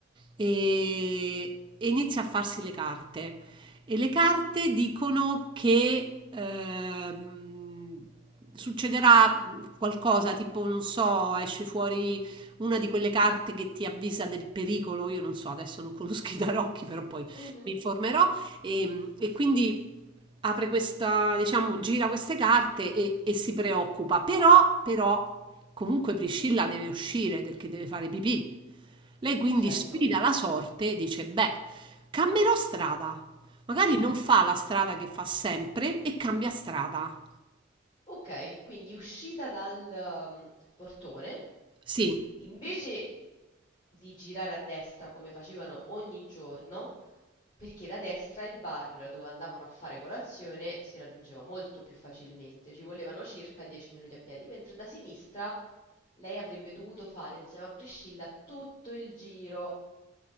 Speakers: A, on the right; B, on the left.
A: e, e inizia a farsi le carte. E le carte dicono che ehm, succederà qualcosa tipo, non so, esce fuori una di quelle carte che ti avvisa del pericolo. Io non so, adesso non conosco i tarocchi, però poi
B: Mhm,
A: mi informerò. E, e quindi apre questa, diciamo, gira queste carte e, e si preoccupa. Però, però, comunque Priscilla deve uscire perché deve fare pipì. Lei quindi
B: certo.
A: sfida la sorte e dice: Beh, cambierò strada. Magari non fa la strada che fa sempre e cambia strada.
B: Ok, quindi uscita dal um, portone,
A: Sì,
B: invece di girare a destra come facevano ogni giorno, Perché da destra il bar dove andavano a fare colazione si raggiungeva molto più facilmente, ci volevano circa 10 minuti a piedi, mentre da sinistra lei avrebbe dovuto fare insieme a Priscilla tutto il giro